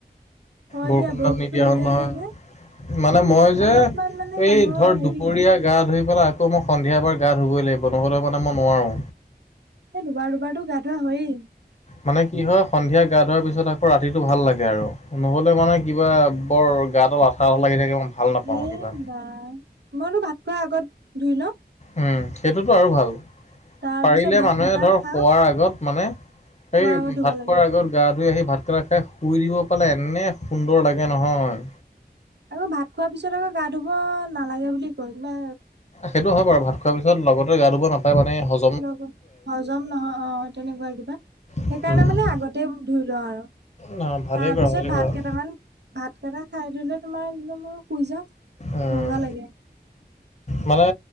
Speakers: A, on the right; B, on the left.
A: হয়
B: বৰষুণ
A: দিয়া বৰষুণটো
B: দাল নিদিয়া
A: দিলে
B: হ'ল নহয়।
A: চাগে
B: মানে মই যে
A: অলপমান
B: এই
A: মানে মানুহৰ
B: ধৰ
A: হেৰি
B: দুপৰীয়া
A: হয়
B: গা ধুই পেলাই আকৌ মই সন্ধিয়া এবাৰ গা ধুবই লাগিব নহ'লে মানে মই নোৱাৰোঁ।
A: এ দুবাৰ দুবাৰতো গা ধুৱা হয়েই।
B: মানে কি হয় সন্ধিয়া গা ধুৱাৰ পিছত আকৌ ৰাতিটো ভাল লাগে আৰু। নহ'লে মানে কিবা বৰ গাদাল আঠা আঠা লাগি থাকে ভাল নাপাওঁ
A: এই
B: কিবা।
A: বা মইটো ভাত খোৱাৰ আগত ধুই লওঁ।
B: উম সেইটোতো আৰু ভাল
A: তাৰ
B: পাৰিলে
A: পিছত ভাত
B: মানুহে
A: কেইটা
B: ধৰ
A: খাওঁ
B: শুৱাৰ আগত মানে সেই
A: খোৱাৰ আগত ধুব
B: ভাত খোৱাৰ
A: লাগে
B: আগত গা ধুই আহি ভাতকেইটা খাই শুই দিব পালে এনে সুন্দৰ লাগে নহয়।
A: আৰু ভাত খোৱাৰ পিছত আকৌ গা ধুব নালাগে বুলি কয় কিবা
B: সেইটো হয় বাৰু ভাত খোৱাৰ পিছত লগতে গা ধুব নাপায় মানে হ
A: লগ, হজম নহয় অ তেনেকুৱা কিবা।
B: আৰু।
A: সেইকাৰণে মানে আগতে ধুই লওঁ আৰু
B: ন ভালেই
A: তাৰপিছত
B: কৰা ভালেই
A: ভাত
B: কৰা উম
A: কেইটামান ভাত কেইটা খাই ল'লে তোমাৰ একদম আৰু শুই যাওঁ।
B: উম।
A: মজা লাগে
B: মানে